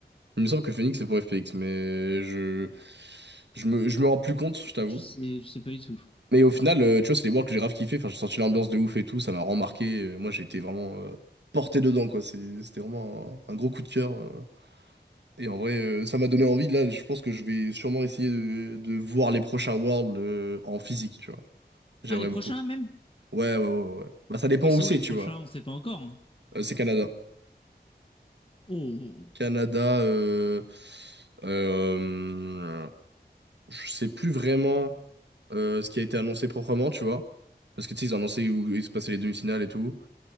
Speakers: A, on the right; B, on the left.
A: Il me semble que Phoenix c'est pour FPX, mais je, je me, je me rends plus compte, je t'avoue.
B: Je sais, je sais pas du tout.
A: Mais au final, euh, tu vois, c'est des boîtes que j'ai grave kiffé. Enfin, j'ai senti l'ambiance de ouf et tout, ça m'a remarqué. Euh, Moi, j'ai été vraiment euh, porté dedans, quoi. C'est- C'était vraiment un, un gros coup de cœur. euh. Et en vrai, euh, ça m'a donné envie. Là, je pense que je vais sûrement essayer de, de voir les prochains Worlds euh, en physique, tu vois. J'aimerais
B: Ah, les prochains,
A: beaucoup.
B: même?
A: Ouais, ouais, ouais, ouais. ouais. Bah, ça dépend
B: Mais c'est
A: où c'est,
B: où les
A: tu
B: prochains?
A: vois.
B: On sait pas encore. hein.
A: Euh, c'est Canada.
B: Oh, oh, oh.
A: Canada, euh, euh, je sais plus vraiment euh, ce qui a été annoncé proprement, tu vois. Parce que tu sais, ils ont annoncé où il se passait les demi-finales et tout.